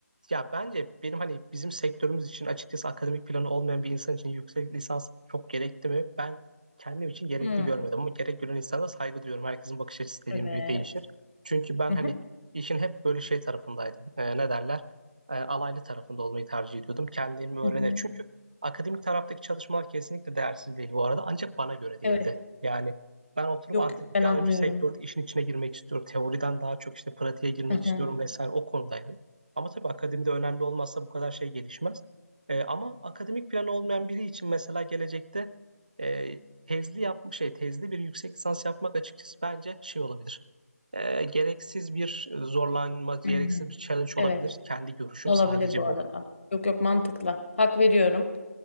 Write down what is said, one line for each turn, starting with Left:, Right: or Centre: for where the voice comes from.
Right: ya bence benim hani bizim sektörümüz için açıkçası akademik planı olmayan bir insan için yüksek lisans çok gerekli mi? Ben kendim için gerekli
Left: Hmm,
Right: görmedim ama gerek gören insana saygı duyuyorum. Herkesin bakış açısı dediğim
Left: evet.
Right: gibi değişir. Çünkü ben
Left: Hı
Right: hani
Left: hı,
Right: işin hep böyle şey tarafındaydım. E, ne derler? E, alaylı tarafında olmayı tercih ediyordum. Kendimi öğrene.
Left: hı hı.
Right: Çünkü akademik taraftaki çalışmalar kesinlikle değersiz değil bu arada ancak bana göre değildi.
Left: Evet.
Right: Yani ben oturup
Left: Yok,
Right: artık
Left: yok, ben
Right: bir an
Left: anlıyorum.
Right: önce sektördeki işin içine girmek istiyorum. Teoriden daha çok işte pratiğe girmek
Left: Hı
Right: istiyorum
Left: hı.
Right: vesaire o konudaydım. Ama tabii akademide önemli olmazsa bu kadar şey gelişmez. Ee, ama akademik planı olmayan biri için mesela gelecekte e, tezli yapmış şey tezli bir yüksek lisans yapmak açıkçası bence şey olabilir. Ee, gereksiz bir zorlanma, gereksiz
Left: Hı.
Right: bir challenge olabilir.
Left: Evet.
Right: Kendi görüşüm
Left: Olabilir
Right: sadece
Left: bu
Right: bu.
Left: arada. Yok yok mantıklı. Hak veriyorum.